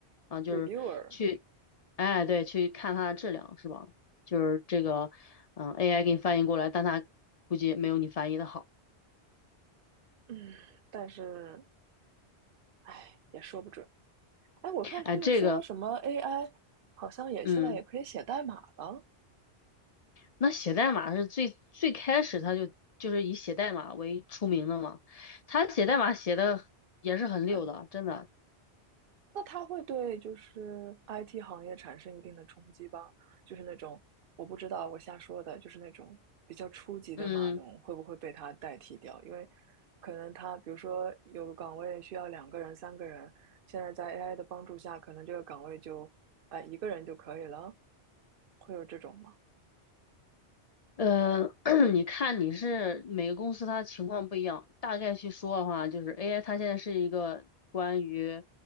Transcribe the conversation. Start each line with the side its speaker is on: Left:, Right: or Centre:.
Left: 啊，就是去，
Right: ？Reviewer，
Left: 哎，对，去看它的质量是吧？就是这个，嗯，AI 给你翻译过来，但它估计没有你翻译的好，
Right: 嗯，但是唉，也说不准。哎，我看他们说什么
Left: 哎，这个。
Right: AI 好像也现在也可以写代码了。
Left: 嗯。那写代码是最最开始他就就是以写代码为出名的嘛，他写代码写的也是很溜的，
Right: 很。
Left: 真的。
Right: 那它会对就是 IT 行业产生一定的冲击吧？就是那种我不知道，我瞎说的，就是那种比较初级的码农会不会被它代替掉？
Left: 嗯，
Right: 因为可能它比如说有个岗位需要两个人、三个人，现在在 AI 的帮助下，可能这个岗位就哎一个人就可以了，会有这种吗？
Left: 呃，<clears throat> 你看你是每个公司它情况不一样，大概去说的话，就是 AI 它现在是一个关于，